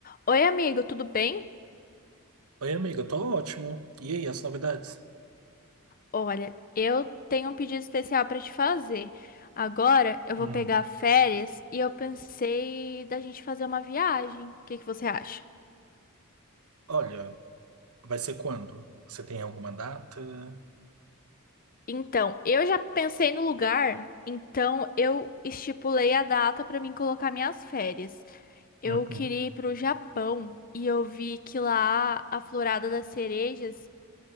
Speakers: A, on the left; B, on the right.
A: Oi, amigo, tudo bem?
B: Oi, amiga, tô ótimo. E aí, as novidades?
A: Olha, eu tenho um pedido especial para te fazer. Agora eu vou
B: Hum,
A: pegar férias e eu pensei da gente fazer uma viagem. O que que você acha?
B: olha, vai ser quando? Você tem alguma data?
A: Então, eu já pensei no lugar, então eu estipulei a data para mim colocar minhas férias. Eu
B: Uhum.
A: queria ir para o Japão e eu vi que lá a florada das cerejas,